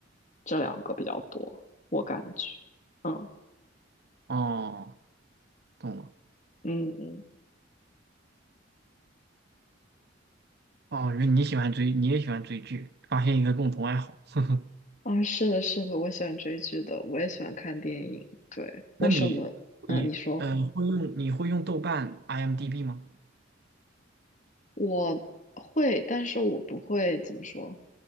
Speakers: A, on the left; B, on the right.
A: 这两个比较多，我感觉。嗯
B: 哦，懂了。
A: 嗯嗯，
B: 哦，原来你喜欢追，你也喜欢追剧，发现一个共同爱好。<laughs> 呵呵，
A: 啊，是的，是的，我喜欢追剧的，我也喜欢看电影。对，我什么？
B: 那你你呃会用你会用豆瓣、
A: 嗯，你说
B: IMDB 吗？
A: 我会，但是我不会怎么说，